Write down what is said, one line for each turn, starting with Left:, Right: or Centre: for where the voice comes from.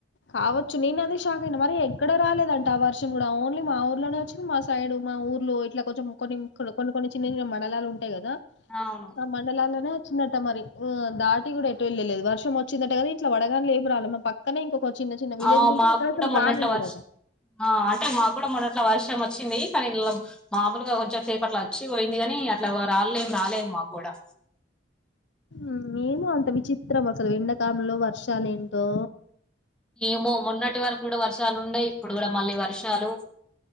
Left: కావచ్చు నేను అదే షాక్ అయిన మరి ఎక్కడ రాలేదంట ఆ వర్షం కూడా ఓన్లీ మా ఊర్లోనే వచ్చింది మా సైడ్ మా ఊర్లో ఇట్లా కొంచం కొనిం ఇక్కడ కొన్ని కొన్ని చిన్న చిన్న మండలాలు ఉంటాయి కదా
Centre: అవును
Left: ఆ మండలాల్లోనే వచ్ వచ్చిందట్ట మరి దాటి కూడా ఎటు వెళ్ళలేదు వర్షం వచ్చిందట కదా ఇట్లా వడగండ్లేం ఏమి రాల మరి పక్కనే ఇంకొక చిన్న చిన్న విలేజ్లు
Centre: ఆ
Left: ఉంటే
Centre: మాకు
Left: అక్కడ
Centre: కూడా
Left: అసలు
Centre: మొన్నట్ల
Left: రానే లేదట
Centre: వర్షం ఆ అంటే మాకు కూడా మొన్నట్ల వర్షం వచ్చింది కానీ ఇ మామలుగా కొంచెం సేపు అట్లా వచ్చిపోయింది కాని అట్లా రాలేం రాలేం మా కూడా
Left: ఉమ్ ఏమో అంత విచిత్రం అసలు ఎండాకాలంలో వర్షాలు ఏంటో
Centre: ఏమో మొన్నటి వరకు కూడా వర్షాలు ఉన్నాయి ఇప్పుడు కూడా మళ్ళీ వర్షాలు